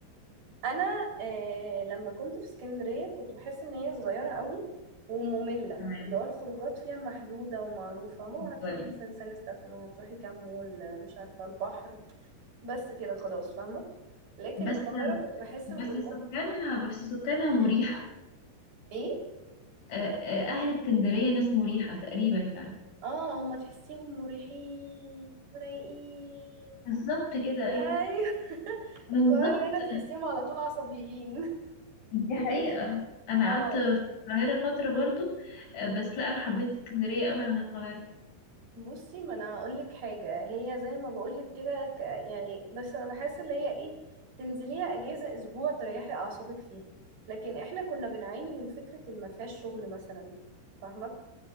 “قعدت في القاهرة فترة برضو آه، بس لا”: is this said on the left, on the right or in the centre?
Left